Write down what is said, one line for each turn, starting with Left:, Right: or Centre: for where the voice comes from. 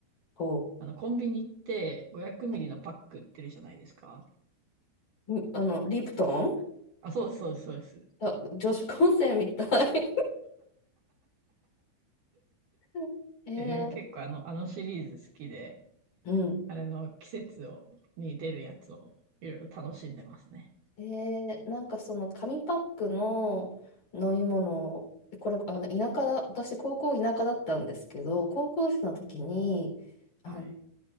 Left: ほう。
Right: あの、コンビニ行って500ミリのパック売ってるじゃないですか。
Left: はいんあの、リプトン
Right: あ、そうです、そうです、そうです。
Left: あ、女子高生みたい。<laughs> えー、
Right: うん、結構あの、あのシリーズ好きで、
Left: うん。
Right: あれの季節を、に出るやつをいろいろ楽しんでますね。
Left: えー、なんかその紙パックの飲み物、これ、あの、田舎だ、私、高校田舎だったんですけど、高校生の時に、あの、
Right: はい。